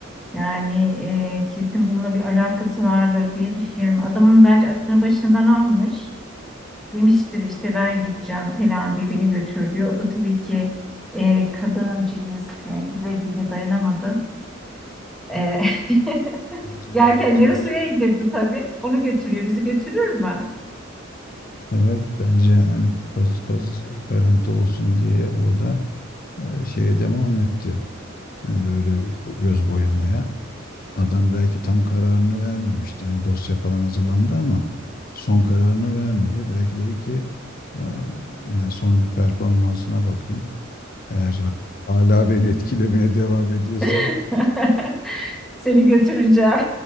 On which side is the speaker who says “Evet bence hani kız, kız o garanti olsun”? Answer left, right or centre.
Left